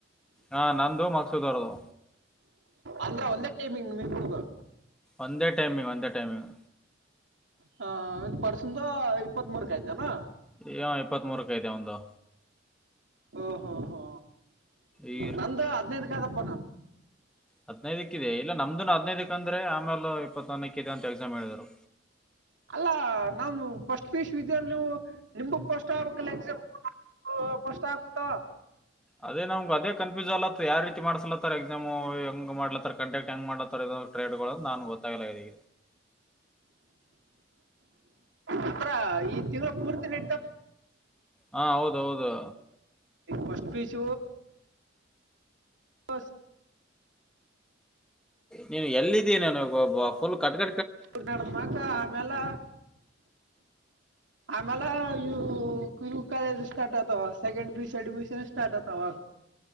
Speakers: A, in the centre; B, on the right.
A: ಹಾ ನಂದು ಮಕ್ಸುದ್ ಅವ್ರದ್ದು
B: ಅಂದ್ರೆ ಒಂದೇ ಟೈಮಿಂಗ್ ನೀರ್ ಕುಡದು.
A: ಒಂದೇ ಟೈಮಿಂಗ ಒಂದೇ ಟೈಮಿಂಗ್.
B: ಹ ಒ ಪರ್ಸದ ಇಪ್ಪತ್ತ್ ಮೂರ್ಕ ಆಯ್ತನಾ.
A: ಯ ಇಪ್ಪತ್ ಮೂರಕ ಐತೆ ಒಂದು.
B: ಓಹೋ ಹೋ
A: ಈ
B: ನಂದು ಹದ್ನೈದಗಾದಪ್ಪ ನಾನು.
A: ಹಾದ್ನಿಯ್ದು ಇದೆ ಇಲ್ಲ ನಮ್ದು ಹದಿನೈದಕ್ ಅಂದ್ರೆ ಆಮೇಲೆ ಇಪ್ಪತ್ತೊಂದನಕ್ಕ ಇ ಅಂತ ಎಕ್ಸಾಮ್ ಹೇಳ್ರು.
B: ಅಲ್ಲಾ ನಾನು ಫಸ್ಟ್ ಪೀಸ್ ವಿದವು ನಿಮು ಪಸ್ಟ್ ಆಗಬೇಕಲ್ಲ ಎಕ್ಸಾಮ್. ಓ ಪಷ್ಟ ಆಟ್ಟ.
A: ಅದೇ ನಮ್ಗೆ ಅದ ಕನ್ಫ್ಯೂಜನ್ ಅಲತ್ತ ಯಾವ ರೀತಿ ಮಾಡಸ್ಲತ್ತಾರ ಎಕ್ಸಾಮು ಹೆಂಗ ಮಾಡ್ಲತ್ತ ಕಂಟಕ್ಟ್ ಹೆಂಗ್ ಮಾಡಲತ್ತಾರ. ಟೇಡ್ಡಗಳನ್ನುಂದು ನಾನು ಗೊತ್ತಾಗಲಿದ್ದೀ.
B: ಓತ್ರ ಈ ತಿಂಗಳು ಪೂರ್ತಿ ನ.
A: ಹಾ ಹೌದ ಹೌದು.
B: ಪಷ್ಟಟ್ ಪೀಚ್. ಹಓಸ್
A: ನೀನು ಎಲ್ಲಿದ್ದೀ ನನಗೆ ಒಬ್ಬ. <unintelligible> ಕಟ್ಟ
B: ಇ ನದ ಮಾಕ್ಕ ಆಮೇಲೆ. ಆಮಲೆ ಯ ಯ ಕಾಲಜ ಸ್ಟಾರ್ಟ ಆತ second P C admission start ಆತ. ಹ